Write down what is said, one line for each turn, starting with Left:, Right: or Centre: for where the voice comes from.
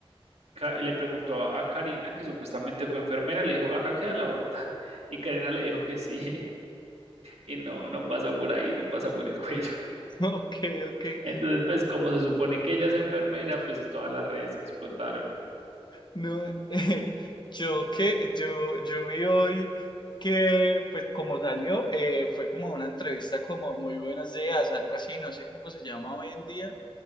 Right: Ka- le preguntó a, a Karina, que supuestamente fue enfermera, le dijo, acá queda la horta. <laughs> Y Karina le dijo que sí. y no, no pasa por ahí, no pasa por el <laughs> cuello.
Left: <laughs> Ok, ok.
Right: Entonces, pues como se supone que ella es enfermera, pues todas las redes explotaron.
Left: No, <laughs> eh, yo que yo, yo vi hoy que pues como salió eh, fue como una entrevista como muy buenos días, algo así, no sé cómo se llama hoy en día,